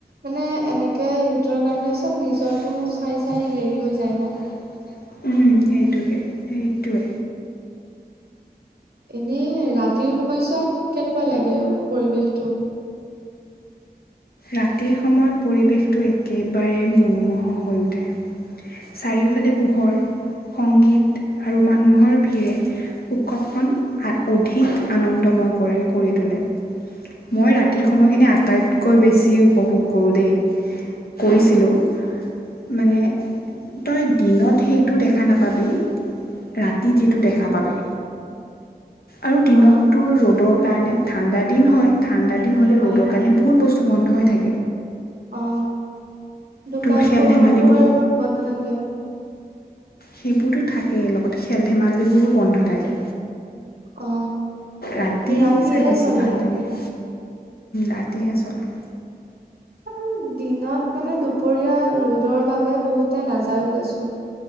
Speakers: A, on the right (about 75°); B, on the left (about 70°).
A: মানে এনেকে সিহতৰ কাৰণে
B: সিহঁতৰ
A: চব নিজৰটো
B: কাৰণে চব
A: চাই
B: নিজৰটো
A: চাই হেৰি হৈ
B: চাই
A: যায়
B: চাই
A: ন'।
B: হেৰি হৈ যায় ন। সেইটোৱে এইটোৱে
A: এনে ৰাতিৰ সময়ছোৱাত কেনেকুৱা লাগে পৰিৱেশটো?
B: ৰাতিৰ সময়ত পৰিৱেশ একেবাৰে মনোমোহ হৈ উঠে। চাৰিওফালে পোহৰ সংগীত আৰু মানুহৰ ভিৰে উৎসৱখন অধিক আনন্দময় কৰে। কৰি তোলে মই ৰাতিৰ সময়খিনি আটাইতকৈ বেছি উপভোগ কৰোঁ দেই কৰিছিলোঁ। মানে তই দিনত সেইটো দেখা নাপাবি ৰাতি যিটো দেখা পাবি। আৰু দিনত
A: অ
B: তোৰ ৰ'দত কাৰণে ঠাণ্ডা দিন হয়। ঠাণ্ডা দিন হ'লে ৰ'দৰ
A: অ
B: কাৰণে বহুত বস্তু বন্ধ হৈ থাকে।
A: অ', দোকান
B: তোৰ খেল
A: পোহাৰ
B: ধেমালিবোৰ
A: পোহাৰ বোৰ বন্ধ থাক তাকে
B: সেইবোৰতো থাকেই লগতে খেল-ধেমালিবোৰো বন্ধ থাকে।
A: অ
B: ৰাতি
A: ৰাতিহে
B: চাই বেছি
A: চলে
B: ভাল
A: এইবোৰ
B: লাগে ৰাতিহে চলে
A: আৰু দিনত মানে দুপৰীয়া ৰ'দৰ বাবে বহুতে নাযায়ো দেচোন।